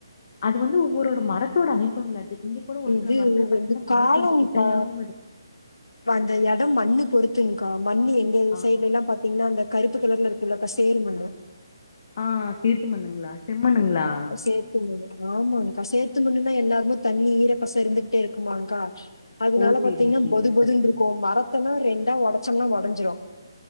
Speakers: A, on the left (about 45°); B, on the left (about 75°).
A: அது வந்து ஒவ்வொரோட மரத்தோட அமைப்புங்கலாட்டு இங்க கூட ஒரு
B: இது
A: சில மரத்துல பாத்தீங்கன்னா
B: இது
A: காய்
B: காலம்க்கா.
A: கொஞ்சோ குட்டையாவு இருக்
B: அந்த இடம் மண்ணு பொறுத்துங்க்கா மண்ணு எங்க
A: ஆ
B: சைட்ல எல்லா பாத்தீங்கன்னா அந்த கருப்பு கலர்ல இருக்குல அக்கா சேர் மண்ணு
A: ஆ சேத்து மண்ணுங்களா செம்மண்ணுங்களா
B: சேத்து மண்ணு ஆமாங்க்கா சேத்து மண்ணுன்னா எந்நேரமு தண்ணி ஈர பச இருந்துகிட்டே இருக்குமாங்க்கா அதனால
A: ஓ சேரிங்க
B: பாத்தீங்கன்னா
A: சேரிங்க
B: பொதுபொதுன்
A: சகோதரி
B: இருக்கு மரத்தெல்லா ரெண்டா உடச்சோம்னா உடஞ்சிடு